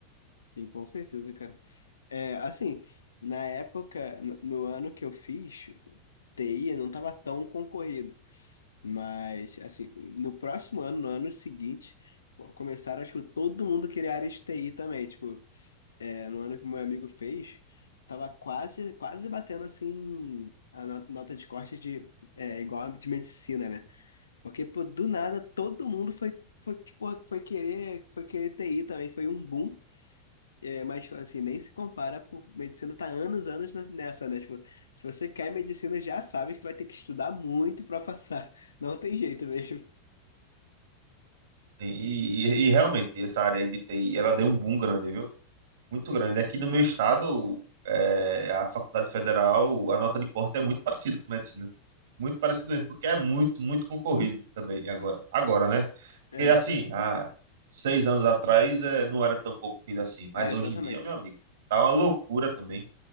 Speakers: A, on the left (about 70°); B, on the right (about 55°).
A: Sim, com certeza, cara. É, assim, na época, no, no ano que eu fiz, TI não estava tão concorrido. Mas, assim, no próximo ano, no ano seguinte, co- começaram, acho que todo mundo queria área de TI também. Tipo, é, no ano que meu amigo fez, tava quase, quase batendo, assim, a no- nota de corte de, é, igual a de medicina, né? Porque, pô, do nada, todo mundo foi, foi, foi, foi querer, foi querer TI também. Foi um boom. É, mas tipo, assim, nem se compara, pô, medicina tá anos, anos nas- nessa, né? Tipo, se você quer medicina, já sabe que tu vai ter que estudar muito pra passar. <laughs> Não tem jeito mesmo.
B: E, e- e realmente, essa área aí de TI, ela deu um boom grande, viu? Muito grande. Aqui no meu estado, é, a Faculdade Federal, a nota de corte é muito parecida com medicina. Muito parecido mesmo, porque é muito, muito concorrido também agora. Agora, né? Porque
A: É,
B: assim, há seis anos atrás, é, não era tão concorrido assim, mas
A: é,
B: hoje
A: exatamente.
B: em dia, meu amigo, tá uma loucura também.